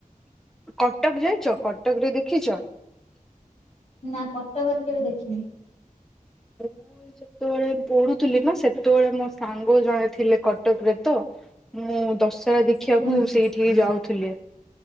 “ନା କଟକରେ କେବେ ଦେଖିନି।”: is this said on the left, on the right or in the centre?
Left